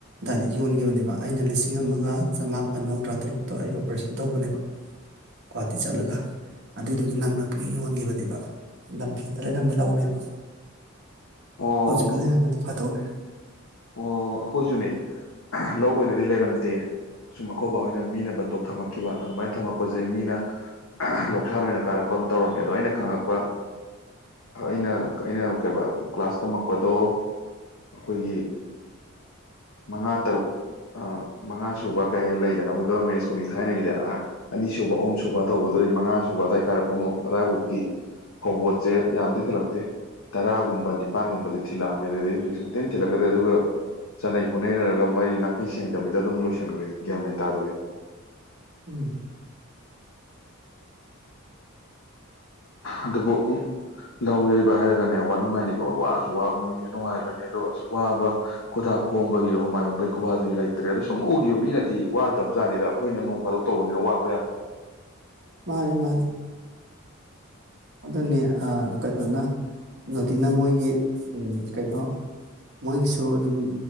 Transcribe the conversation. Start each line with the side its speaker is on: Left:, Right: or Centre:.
Right: ꯑꯗꯨꯏꯗ ꯌꯣꯟꯈꯤꯕꯅꯦꯕ ꯑꯩꯅ ꯂꯤꯁꯤꯡ ꯑꯃꯒ ꯆꯃꯥꯄꯟ ꯃꯧꯗ꯭ꯔꯥ ꯇꯔꯨꯛꯇ ꯑꯩ ꯑꯣꯄꯔꯦꯁꯟ ꯇꯧꯕꯅꯦꯕ ꯒꯨꯍꯥꯇꯤ ꯆꯠꯂꯒ ꯑꯗꯨꯏꯗꯨꯒꯤ ꯅꯪꯅꯕꯒꯤ ꯌꯣꯟꯈꯤꯕꯅꯦ ꯅꯦ ꯂꯝꯐꯦꯟꯗ ꯂꯩꯔꯝꯕ ꯂꯧꯅꯦꯕ
Left: ꯑꯣ
Right: ꯍꯧꯖꯤꯛꯀ ꯂꯩꯌꯥꯝꯅꯗꯤ ꯐꯗꯧꯅꯦ
Left: ꯑꯣ ꯑꯩꯈꯣꯏꯁꯨꯅꯦ ꯂꯧ ꯑꯣꯏꯅꯗꯤ ꯂꯩꯔꯝꯗꯦ ꯑꯁꯨꯝ ꯑꯩꯈꯣꯏꯕ ꯍꯣꯏꯅ ꯃꯤꯅ ꯕꯟꯗꯣꯞ ꯊꯝꯃꯛꯈꯤꯕ ꯑꯗꯨꯃꯥꯏꯅ ꯊꯝꯃꯛꯄꯁꯦ ꯃꯤꯅ ꯂꯧꯁꯥꯟ ꯑꯣꯏꯅ ꯀꯥꯔꯛꯄ ꯑꯃ ꯇꯧꯔꯝꯃꯦ ꯑꯗꯣ ꯑꯩꯅ ꯈꯪꯉꯛꯄ ꯑꯩꯅ ꯑꯩꯅ ꯀꯩ ꯀ꯭ꯂꯥꯁ ꯇꯝꯃꯛꯄꯗꯣ ꯑꯩꯈꯣꯏꯒꯤ ꯃꯉꯥ ꯇꯔꯨꯛ ꯃꯉꯥ ꯁꯨꯕ ꯀꯩ ꯍꯥꯏ ꯂꯩꯗꯅ ꯑꯩꯈꯣꯏ ꯒꯚꯔꯃꯦꯟ ꯁ꯭ꯀꯨꯜꯒꯤ ꯊꯥꯏꯅꯒꯤꯗꯤ ꯑ ꯑꯅꯤ ꯁꯕ ꯑꯍꯨꯝ ꯁꯨꯕ ꯇꯧꯕꯗꯗꯒꯤ ꯃꯉꯥ ꯁꯨꯕ ꯑꯗꯨꯋꯥꯏ ꯀꯥꯔꯛꯄ ꯑꯗꯨꯋꯥꯏꯐꯥꯎꯗꯤꯤ ꯐꯧꯕꯣꯠꯁꯦ ꯌꯥꯝꯗꯤꯤ ꯊꯤꯜꯂꯛꯇꯦ ꯇꯔꯥꯒꯨꯝꯕ ꯅꯤꯄꯜꯒꯨꯝꯕꯁꯦ ꯊꯤꯜꯂꯛꯑꯝꯃꯦ ꯑꯗꯨꯗꯒꯤ ꯍꯧꯖꯤꯛ ꯁ ꯇꯦꯟ ꯊꯤꯜꯂꯛꯀꯗ꯭ꯔꯦ ꯑꯗꯨꯒ ꯆꯠꯅꯩ ꯄꯨꯅꯩꯅꯔꯒ ꯃꯔꯤ ꯅꯥꯈꯩ ꯁꯦꯡꯗꯕꯤꯗ ꯑꯗꯨꯝ ꯂꯣꯏꯁꯤꯟꯈ꯭ꯔꯦ ꯒ꯭ꯌꯥꯃꯦꯟ ꯇꯥꯗꯕꯤꯗ
Right: ꯎꯝ
Left: ꯑꯗꯨꯕꯨ ꯂꯧ ꯌꯩꯕ ꯍꯥꯏꯔꯒꯅꯦ ꯋꯥ ꯅꯨꯡꯉꯥꯏꯅꯤꯀꯣ ꯋꯥꯁꯨ ꯋꯥꯕꯅꯤ ꯅꯨꯡꯁꯨ ꯅꯨꯡꯉꯥꯏꯕꯅꯤ ꯑ ꯑꯁ ꯋꯥꯕ ꯈꯨꯗꯥꯥꯛ ꯈꯣꯡꯕꯒꯤ ꯍꯨꯃꯥꯏ ꯍꯨꯝꯕꯒꯤ ꯈꯨꯋꯥꯗꯨꯗꯤ ꯂꯩꯇ꯭ꯔꯦ ꯑꯗꯣ ꯁꯨꯝ ꯎꯈꯤꯕ ꯃꯤꯅꯗꯤ ꯋꯥꯗꯕ ꯖꯥꯠꯅꯤꯗ ꯑꯩꯈꯣꯏꯅ ꯅꯣꯡ ꯐꯥꯗꯣꯛ ꯇꯧꯕꯅꯤꯅ ꯋꯥꯕ ꯌꯥꯝ
Right: ꯃꯥꯅꯤ ꯃꯥꯅꯤ ꯑꯗꯨꯅꯤ ꯀꯩꯅꯣꯅ ꯅꯨꯗꯤꯅ ꯃꯣꯏꯒꯤ ꯀꯩꯅꯣ ꯃꯣꯏꯒꯤꯁꯨ ꯑꯗꯨꯝ